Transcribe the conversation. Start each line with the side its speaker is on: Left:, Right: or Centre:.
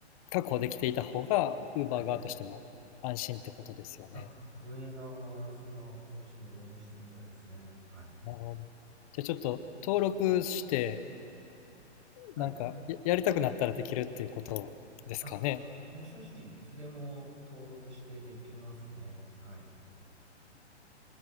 Left: 確保できていた方が、Uber
Right: はい。
Left: 側としても安心ってことですよね。
Right: あ、運営側はそんな方針で運営してるみたいですね。はい。
Left: なるほど。じゃあちょっと登録して、
Right: はい。
Left: なんかや、やりたくなったらできるっていうことですかね。
Right: あ、もう正直、いつでも登録してできますね。はい。